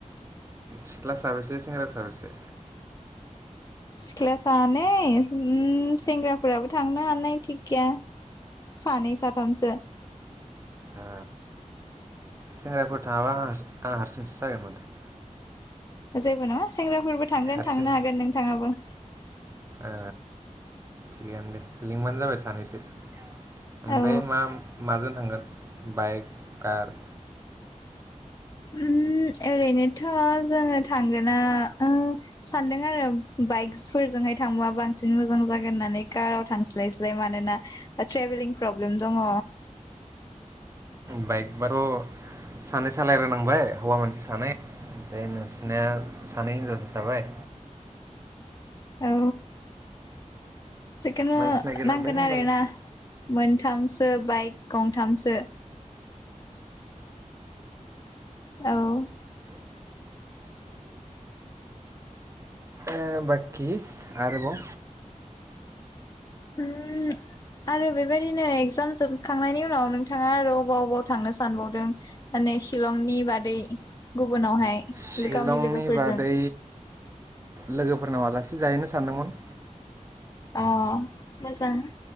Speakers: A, on the right; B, on the left.
A: सिख्ला साबैसेै सेंग्रा साबैसेै?
B: सिख्ला सानै उम सेंग्राफोराबो थांनो हानाय थिग गैया सानै साथामसो।
A: ओ सेंग्राफोर थाङाबा आं हारसिं हारसिं सो जागोन माथो।
B: जेबो नङा सेंग्राफोरबो थांगोन
A: हारसिं
B: थांनो हागोन नोंथाङाबो।
A: ओ थिग आनो दे लिंबानो जाबाय सानैसो औ ओमफाय
B: औ
A: मा माजों थांगोन बाइक कार
B: उम ओरैनोथ' जोङो थांगोना ओ सानदों आरो बाइकफोरजोंहाय थांबा बांसिन मोजां जागोन होननानै काराव थांस्लायस्लाय मानोना ओ ट्रेभेलिं प्रब्लेम दङ।
A: बाइक बाथ' सानै सालायग्रा नांबाय हौवा मानसि सानै फाय नों <unintelligible> सानै हिनजावसा थाबाय
B: औ जेखोनो
A: मानसि नागिरनांबाय
B: नांगोन
A: होमबालाय
B: आरोना मोनथाम सो बाइक गंथामसो। औ
A: ओ बाखि आरोबाव
B: ओ आरो बेबायदिनो एगजाम जोबखांनायनि उनाव नोंथाङा आरो अबाव अबाव थांनो सानबावदों माने शिलंनि बादै गुबुनावहाय
A: शिलंनि
B: गावनि लोगोफोरजों
A: बादै लोगोफोरनाव आलासि जाहैनो सै। सान्दोंमोन।
B: अ मोजां